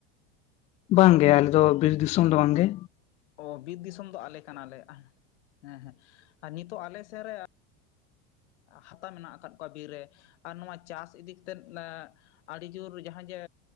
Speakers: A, on the left; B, on the left.
A: ᱵᱟᱝᱜᱮ ᱟᱞᱮ ᱫᱚ ᱵᱤᱨ ᱫᱤᱥᱚᱢ ᱫᱚ ᱵᱟᱝ ᱜᱮ
B: ᱚ ᱵᱤᱨ ᱫᱤᱥᱚᱢ ᱫᱚ ᱟᱞᱮ ᱠᱟᱱᱟᱞᱮ ᱦᱮᱸ ᱦᱮᱸ ᱟᱨ ᱱᱤᱛᱚᱜ ᱟᱞᱮ ᱥᱮᱫ ᱨᱮ ᱦᱟᱛᱟ ᱢᱮᱱᱟᱜ ᱟᱠᱟᱫ ᱠᱚᱣᱟ ᱵᱤᱨ ᱨᱮ ᱟᱨ ᱱᱚᱣᱟ ᱪᱟᱥ ᱤᱫᱤ ᱠᱟᱛᱮᱫ ᱟᱹᱰᱤ ᱡᱩᱨ ᱡᱟᱦᱟᱸ ᱡᱮ